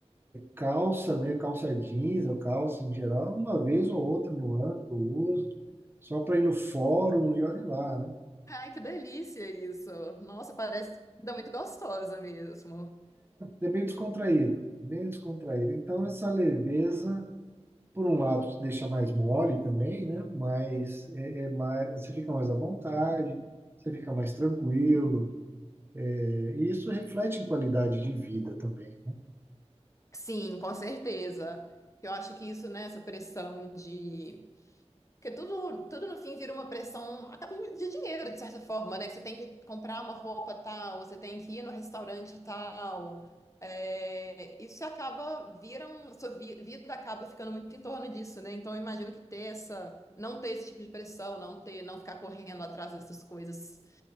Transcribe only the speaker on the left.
Ai, que delícia isso. Nossa, parece uma comida muito gostosa mesmo.
Sim, com certeza. Eu acho que isso, né, essa pressão de Porque tudo, tudo no fim vira uma pressão acaba de dinheiro, de certa forma, né? Que Você tem que comprar uma roupa tal, você tem que ir no restaurante tal. É, isso acaba, vira um, sua vi- vida acaba ficando muito em torno disso, né? Então eu imagino que ter essa, não ter esse tipo de pressão, não ter, não ficar correndo atrás dessas coisas